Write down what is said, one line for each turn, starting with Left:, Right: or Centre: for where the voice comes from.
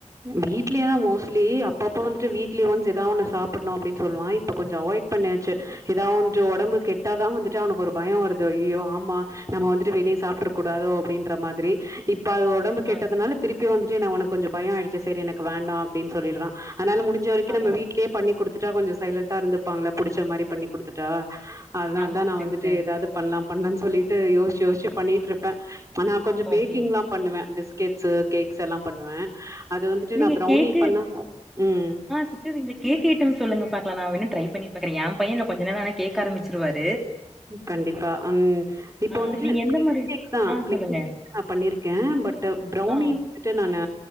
Right: வீட்லேயே தா மோஸ்ட்லி அப் அப்பப்போ வந்துட்டு வீக்லி ஒன்ஸ் எதா ஒன்னு சாப்பட்ணு அப்படின்னு சொல்லுவா இப்ப கொஞ்ச அவாய்ட் பண்ணியாச்சு ஏதா வஞ்சு ஒடம்பு கெட்டாதா வந்துட்டு அவனுக்கு ஒரு பயம் வருது அய்யயோ ஆமா நம்ம வந்துட்டு வெளிய சாப்றக்கூடாதோ அப்படின்ற மாதிரி இப் இப்ப அது உடம்பு கெட்டதுனால
Centre: ஆ
Right: திருப்பியு வந்துட்டு நா அவனக்கு கொஞ்சோ பய ஆய்டுச்சு சரி எனக்கு வேண்டா அப்டின்னு சொல்லிறா அதனால முடி்ஞ்ச வரைக்கு
Centre: அதா
Right: நம்ம
Centre: அதா
Right: வீ்ட்லயே பண்ணி குடுத்து தந்துட்டா கொஞ்ச சைலண்டா இருந்துப்பாங்கள்ல புடிச்ச மாறி பண்ணி குடுத்துட்டா அதனாலதா
Centre: ஆமாங்க
Right: நா
Centre: சிஸ்டர்
Right: வந்துட்டு ஏதாவது பண்ணலா பண்ணலானு சொல்லிட் ட்டு யோசிச்சு யோசிச்சு பண்ணிட்ருப்பே ஆ நா கொஞ்ச பேக்கிங்லா
Centre: ஓகே ஓகே
Right: பண்ணுவே பிஸ்க் கேக்ஸு கேக்ஸ் எல்லா பண்ணுவே அது வந்துட்டு
Centre: நீங்க
Right: நா ப்ரௌனி
Centre: கேக்கு
Right: பண்ணா ம்
Centre: ஆஹ் சரி கேக் ஐட்ட சொல்லுங்க பாக்கலா நா வேணு ட்ரை பண்ண பாக்றியா பய இன்னு கொஞ்ச நாள்ளானா கேக்க ஆரம்பிச் ச்சிருவாரு
Right: கண்டிப்பா அம் இப்ப
Centre: ஆ
Right: வந்துட்டு
Centre: நீங்க எந்த மாரி
Right: கேக்குதா
Centre: ஆ சொல்லுங்க
Right: நா பண்ணிருக்கே பட் பௌரனி
Centre: ஆ
Right: வந்துட்டு நானு